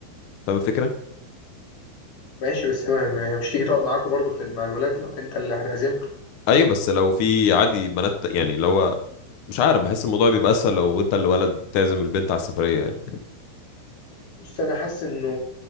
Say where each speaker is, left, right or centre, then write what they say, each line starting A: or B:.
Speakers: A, on the left; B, on the left.
A: فاهم الفكره
B: ماشي بس هي ما- ما- مش تيجي تقعد معاكوا برضه في مع الولاد لو انت اللي هتعزمها
A: ايوه بس لو في عادي بنات يعني لو مش عارف بحس الموضوع بيبقى اسهل لو انت اللي ولد تعزم البنت على السفريه يعني
B: بص انا حاسس انه